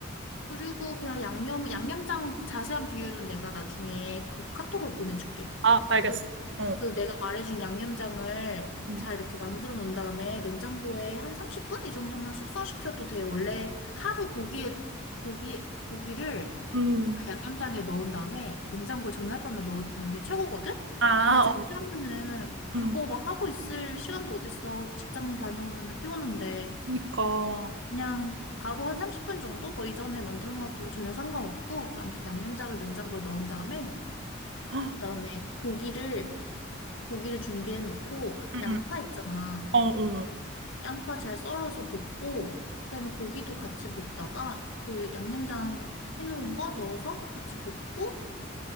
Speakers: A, on the left; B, on the right.
A: 그리고 그냥 양념, 양념장 자세한 비율은 내가 나중에 그 카톡을 보내줄게.
B: 아, 알겠어.
A: 그,
B: 어.
A: 그 내가 말해준 양념장을
B: 음,
A: 잘 이렇게 만들어 놓은 다음에 냉장고에 한 30분 이 정도만 숙성시켜도 돼. 원래 하루 고기에, 고기, 고기를
B: 음.
A: 그 양념장에 넣은 다음에 냉장고 전날 밤에 넣어두는 게 최고거든?
B: 아,
A: 근데 자취하면은
B: 어,
A: 그거
B: 음.
A: 막 하고 있을 시간도 어딨어. 직장 다녀오면은 피곤한데.
B: 그러니까
A: 그냥 바로 한 30분 정도 뭐 이전에 만들어 놔도 전혀 상관없고 아무튼 양념장을 냉장고에 넣은 다음에
B: 헉,
A: 그다음에 고기를 고기를 준비해 놓고
B: 음,
A: 양파
B: 음.
A: 있잖아.
B: 어, 어.
A: 양파 잘 썰어서 볶고 그다음에 고기도 같이 볶다가 그 양념장 해놓은 거 넣어서 같이 볶고